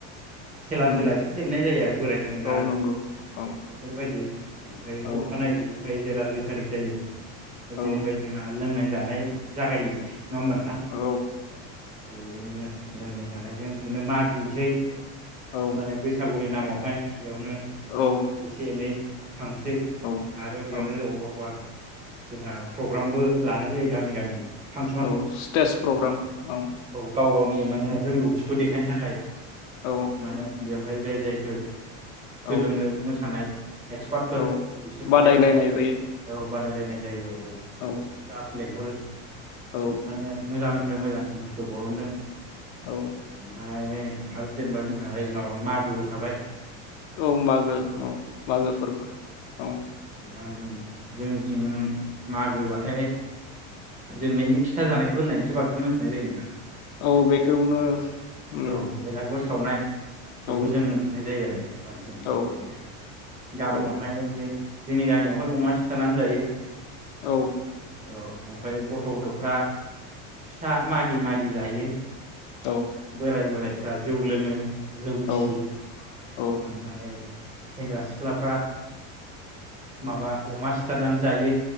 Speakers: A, on the right (about 20°); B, on the left (about 75°).
A: खेला
B: उम
A: सेला एसे गेलेनाय जायो आरो बोराय सेंग्रा
B: औ नंगौ औ
A: बेफोरबायदि। ओमफाय
B: औ
A: अखानायैनिफ्राय जेला दुइ थारिख जायो। ओइदिनिफ्राय
B: औ
A: जोंहा लोंनाय जानाय जागायो। नङा होमबा नोंथां
B: औ
A: बेजोंनो लोंनाय जानायजों बिदिनो मागिनसै।
B: औ
A: माने बैसागुनि नामाव। ओमफाय बेयावनो
B: औ
A: एसे एनै थांसै
B: औ
A: आरो बेयावनो
B: औ
A: जोंहा प्रग्रामबो लानाय जायो गामि गामि। फांसन
B: औ स्टेज प्रग्राम औ।
A: गाव गावनि माने रोंगौथिखौ देखायनो थाखाय।
B: औ
A: माने बेवहाय जाय जायफोर सोलोंनो
B: औ
A: मोसानाय एक्सपार्टफोर
B: औ
A: बिसोरखौहाय
B: बादायलायनाय
A: माने
B: जायो
A: औ बादायलायनाय जायो।
B: औ।
A: जास्ट लेंहरो।
B: औ
A: माने मोजां ओमफाय मोजांसिनफोरखौ बरननो।
B: औ।
A: ओमफ्राय आरो जेनेबा जोंहा ओइ माबा मागोबो थाबाय।
B: औ मागो औ मागो फोरबो औ।
A: दां जोंनिथिं मागोबाथाय जों मेनलि फिथा जानायखौ होननानैसो बांसिन मोनथिनाय जायो नोंथां।
B: औ बेखौनो उम
A: ओ औ बेलागुर सावनाय र् बेखौ
B: औ
A: जों मोनथिनाय जायो आरो। बांसिन
B: औ
A: जेरैहाय गामियावहाय
B: औ
A: जे जोंनि गामियावहाय अमा सि सिथारनानै जायो।
B: औ।
A: औ ओमफ्राय गथ' गथफ्रा फिथा मागि मागि जायो।
B: औ
A: बोराय बोराय फोरा जौ लोङो। जौ गिसि
B: औ औ
A: ओमफाय सेंग्रा सिख्लाफ्रा माबा अमा सिथारनानै जायो